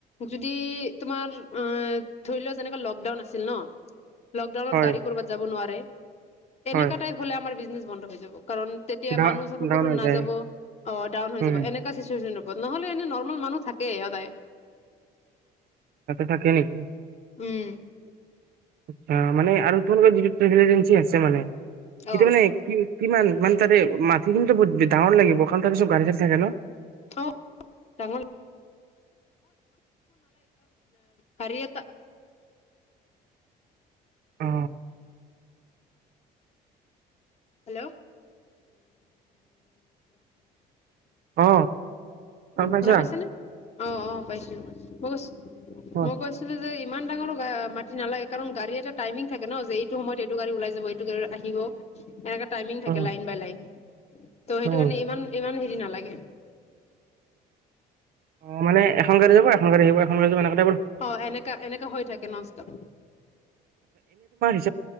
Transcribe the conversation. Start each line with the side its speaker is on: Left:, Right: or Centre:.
Left: যদি তোমাৰ আ ধৰি লোৱাও যেনেকুৱা লকডাউন আছিল ন লকডাউনত
Right: হয়
Left: গাড়ী কৰ'বাত যাব নোৱাৰে। এনেককা
Right: হয়
Left: াই হ'লে আমাৰ বিজনে বন্ধ হৈ যাব। কাৰণ তেতিয়া
Right: ডা
Left: মানুহজন
Right: ডাউন
Left: ক'তো
Right: হৈ
Left: নাযাব
Right: যায়
Left: অ ডাউন হৈ
Right: উম
Left: যাব এনেকুৱা চিচুৱেচন নহলে এনে নৰ্মেল মানুহ থাকে সদায়।
Right: তাকে নেকি?
Left: উম!
Right: আচা মান আৰু তোমাৰোক যিটো ্ৰেভেল এজেঞ্চি আছে মানে। এটোয়া
Left: অ
Right: মানে কি কিমান মানে তাৰে মা সেই কিন্তু ব ডাঙৰ লাগিবান তাত সব গাড়ীাডী থাকে ন
Left: অল ন কিয়তে,
Right: অ
Left: হেল্ল' হেল্!
Right: অ গম পাইছা
Left: শুনা পাইছে নে অ অ পাইছো মই কৈছো
Right: অ
Left: মই কৈছিলো যে ইমান ডাঙৰ গা মাটি নালাগে। কাৰণ গাড়ী এটা টাইমিং থাকে ন' যে এইটো সময়ত এইটো গাড়ী উলাই যাব এইটো গাড়ি আৰু আহিব এনেকা টাইমিং থাকে
Right: অ',
Left: লাইন বাই লাইন। ত' সেইটো
Right: অ',
Left: কাৰণে ইমান-ইমান সেই ই নালাগে।
Right: অ মানে এখন গাড়ীত যাব এখন গাড়ীত আহিব এখন গড়ী যাব এনেকা
Left: অ এনেকা এনেকা হৈ থাকে ননষ্টপ।
Right: <unintelligible> এ